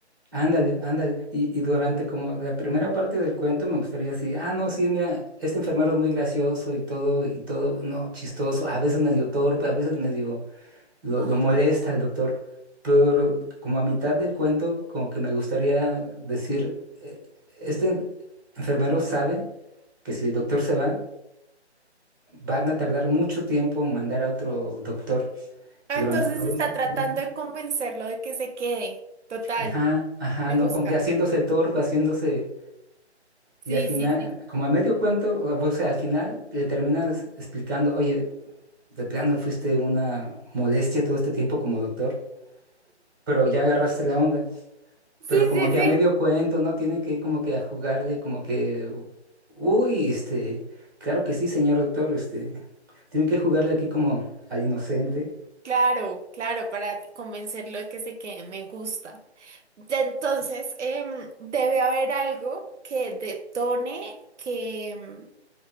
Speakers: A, on the right; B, on the right.
A: Ándale, ándale. Y, y durante como la primera parte del cuento me gustaría así, ah, no, sí, mira, este enfermero es muy gracioso y todo, y todo, no, chistoso, a veces medio torpe, a veces medio lo,
B: Ajá.
A: lo molesta el doctor, pero como a mitad del cuento, como que me gustaría decir, "Eh, este en- enfermero sabe que si el doctor se va, van a tardar mucho tiempo en mandar a otro doctor.
B: Ah,
A: Y durante
B: Entonces
A: todo
B: está
A: ese tiempo,
B: tratando de convencerlo de que se quede. Total,
A: ajá, ajá,
B: me
A: ¿no?
B: gusta.
A: Como que haciéndose el torpe, haciéndose
B: Sí,
A: Y al final,
B: sí, sí.
A: como a medio cuento, o o sea, al final le terminas explicando, oye, de plano fuiste una molestia todo este tiempo como doctor, pero ya agarraste la onda. Pero
B: Sí,
A: como
B: sí,
A: que
B: sí.
A: a medio cuento, ¿no? Tiene que como que a jugarle, como que, uy, este, claro que sí, señor doctor, este, tiene que jugarle aquí como al inocente.
B: Claro, claro, para convencerlo de que se quede, me gusta. Ya Entonces, em, debe haber algo que detone que, em,